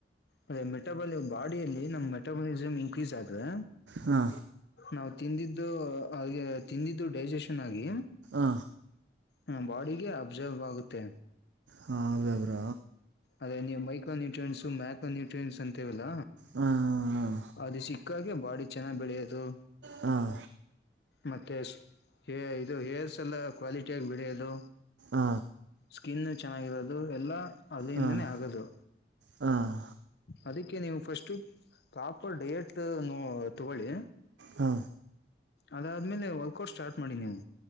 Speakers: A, on the left; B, on the right.
A: ಅದೇ ಮೆಟಬಾಲ್ ಬಾಡಿಯಲ್ಲಿ ನಮ ಮೆಟಬಾಲಿಸಮ್ ಇನ್ಕ್ರೀಸ್ ಆದ್ರೆ
B: ಹಾ
A: ನಾವು ತಿಂದಿದ್ದು ಹಾಗೆ ತಿಂದಿದ್ದು ಡೈಜೆಷನ್ ಆಗಿ
B: ಹ
A: ಹ ಬಾಡಿಗೆ ಅಬ್ಸರ್ವ ಆಗುತ್ತೆ
B: ಹೌದ ಬ್ರೋ
A: ಅದೇ ನೀವು ಮೈಕ್ರ ನ್ಯೂಟ್ರಿಯನ್ಸ್ ಮಕೋ ನ್ಯಟ್ರಿಯನ್ಸ್ ಅಂತೀವಲ್ಲ
B: ಹಾಂ
A: ಅದು ಸಿಕ್ಕಾಗೆ ಬಾಡಿ ಚೆನ್ನಾಗಿ್ ಬೆಳೆಯೋದು
B: ಹಾಂ
A: ಮತ್ತೆ ಹೇ ಇದು ಹೇರ್ಸ್ ಎಲ್ಲ ಕ್ವಾಲಿಟಿಿಯಾಗಿ ಬಿಳಿಯೋದು
B: ಹ
A: ಸ್ಕಿನ್ನು ಚೆನ್ನಾಗಿರೋದು ಎಲ್ಲ ಅಲ್ಲಿಿಂದನೇ
B: ಹಾಂ
A: ಆಗೋದು
B: ಹಾಂ
A: ಅದಕ್ಕೆ ನೀವು ಫಸ್ಟು ಪ್ರಾಪರ್ ಡಯಟ್ ತಗೊಳ್ಳಿ
B: ಹಾ
A: ಅದಾದ್ಮೇಲೆ ವರ್ಕೌಟ್ ಸ್ಟಾರ್ಟ್ ಮಾಡಿ ನೀವು